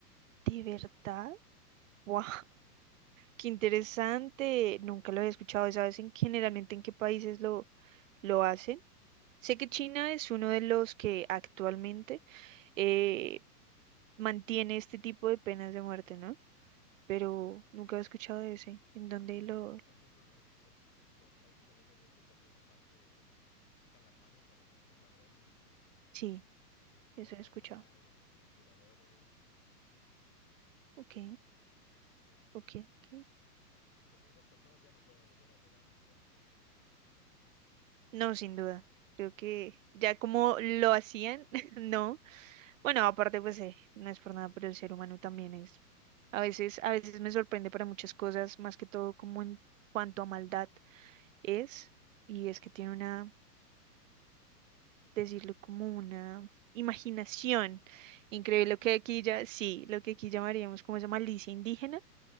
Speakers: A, on the right (about 55°); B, on the left (about 25°).
A: ¿De verdad? <laughs> ¡Wow! ¡Qué interesante! Nunca lo había escuchado. ¿Sabes en generalmente en qué países lo, lo hacen? Sé que China es uno de los que actualmente eh, mantiene este tipo de penas de muerte, ¿no? pero nunca he escuchado de ese. ¿En dónde
B: Bueno,
A: lo...?
B: o sea, por, por ejemplo, los, los, los países de Medio Oriente también, aparte, les quitan las manos a los, a los ladrones. eh,
A: Sí,
B: Les cortan
A: eso he escuchado.
B: allá a los, a los violadores. eh,
A: Ok,
B: es,
A: ok, ok.
B: pues esas personas ya no pueden volver a robar ni pueden volver a violar, ¿no?
A: No, sin duda. Creo que ya como lo hacían, <laughs> no. Bueno, aparte, pues eh, no es por nada, pero el ser humano también es. A veces, a veces me sorprende para muchas cosas, más que todo como en cuanto a maldad es, y es que tiene una, decirlo como una imaginación
B: <laughs>
A: increíble,
B: Creatividad,
A: lo que aquí
B: sí.
A: ya, sí, lo que aquí llamaríamos como esa malicia indígena